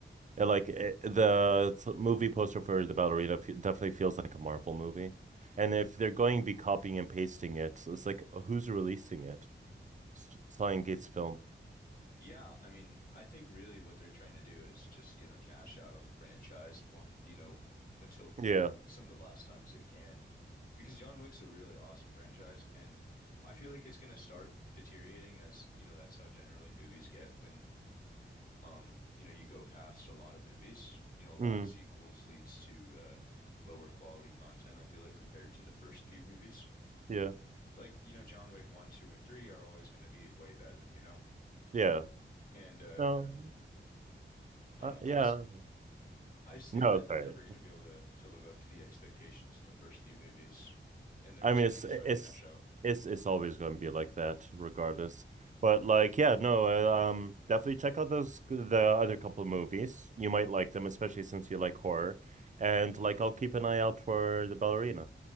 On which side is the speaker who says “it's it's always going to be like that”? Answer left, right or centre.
Right